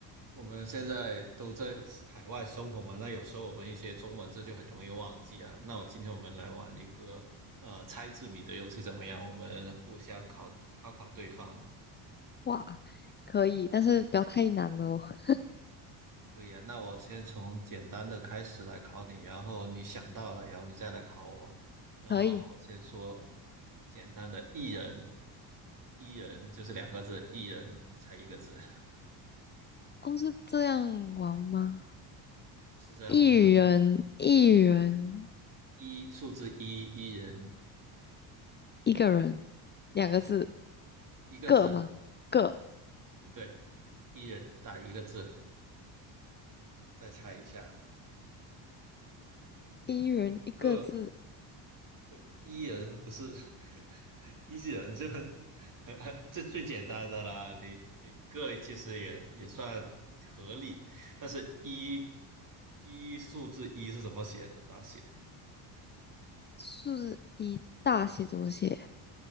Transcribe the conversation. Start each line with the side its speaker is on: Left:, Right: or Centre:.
Right: 我们现在都在海外生活嘛，那有时候我们一些中文字就很容易忘记啊。那我今天我们来玩一个呃猜字谜的游戏怎么样？我们互相考考考对方，
Left: 哇，可以，但是不要太难了哦。
Right: 可以啊。那我先从简单的开始来考你，然后你想到了，然后你再来考我。那我先说
Left: <laughs> 可以，
Right: 简单的，一人，一人就是两个字，一人，你猜一个字，
Left: 哦，是这样玩吗？
Right: 就是这样玩吗？
Left: 一人，一人，
Right: 一，数字一，一人，
Left: 一个人，两个字，
Right: 对，一个字，
Left: 个吗？个，
Right: 不对，一人打一个字。再猜一下，
Left: 一人一个字，
Right: 跟个对 E 人不是 <laughs> E 人就很很很这最简单的啦，你你个其实也也算合理，但是一一数字一是怎么写的？大写
Left: 数字一大写怎么写